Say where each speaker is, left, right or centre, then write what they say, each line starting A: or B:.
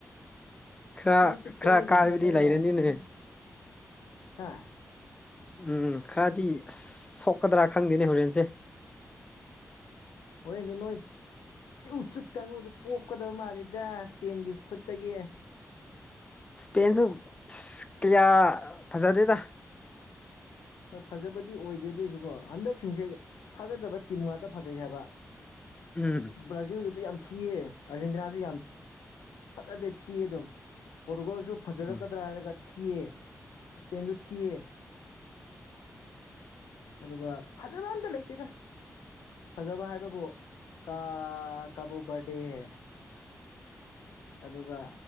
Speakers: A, on the left (about 20°); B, on the left (about 85°).
A: ꯈꯔ
B: ꯆꯨ ꯆꯨꯨꯠꯇꯣ
A: ꯈꯔ
B: ꯍꯨꯔꯦꯟ
A: ꯀꯥꯏꯕꯗꯤ
B: ꯁꯟꯅꯔꯛꯀꯅꯤꯅꯦ
A: ꯂꯩꯔꯅꯤꯅꯦ
B: ꯍꯥ ꯫
A: ꯎꯝ ꯈꯔꯗꯤ ꯁꯣꯛꯀꯗ꯭ꯔꯥ ꯈꯪꯗꯦꯅꯦ ꯍꯣꯔꯦꯟꯖꯦ ꯫
B: ꯍꯣꯔꯦꯟꯗꯤ ꯅꯣꯏ꯫ ꯆꯤꯎ ꯆꯨꯠ ꯀꯥꯡꯕꯨꯗꯣ ꯄꯣꯛꯀꯗꯕ ꯃꯥꯜꯂꯤꯗꯥ ꯁꯄꯦꯟꯒꯤ ꯈꯨꯠꯇꯒꯤ꯫
A: ꯁꯄꯦꯟꯁꯨ ꯀꯌꯥ ꯐꯖꯗꯦꯗ꯫
B: ꯍꯣꯏ ꯐꯖꯕꯗꯤ ꯑꯣꯏꯗꯦ ꯑꯗꯨꯏꯁꯨꯀꯣ ꯍꯟꯗꯛꯁꯤꯡꯁꯦ ꯊꯥꯖꯗꯕ ꯇꯤꯝ ꯉꯥꯠꯇ ꯐꯖꯩ ꯍꯥꯏꯕ꯫
A: ꯎꯝ
B: ꯕ꯭ꯔꯥꯖꯤꯜꯒꯗꯣ ꯌꯥꯝ ꯊꯤꯌꯦ ꯑꯥꯔꯖꯦꯟꯇꯤꯅꯥꯁꯨ ꯌꯥꯝ ꯐꯖꯗꯦ ꯊꯤ ꯊꯤꯌꯦ ꯑꯗꯨꯝ ꯄꯣꯔꯇꯨꯒꯜꯁꯨ ꯐꯖꯔꯛꯀꯗ꯭ꯔꯥ
A: ꯎꯝ
B: ꯍꯥꯏꯔꯒ ꯊꯤꯌꯦ ꯁꯄꯦꯟꯖꯨ ꯊꯤꯌꯦ꯫ ꯑꯗꯨꯒ ꯐꯖꯕ ꯑꯝꯇ ꯂꯩꯇꯦꯗ ꯐꯖꯕ ꯍꯥꯏꯕꯕꯨ ꯀꯥ ꯑꯥ ꯀꯕꯣꯕꯔꯗꯦ ꯫ ꯑꯗꯨꯒ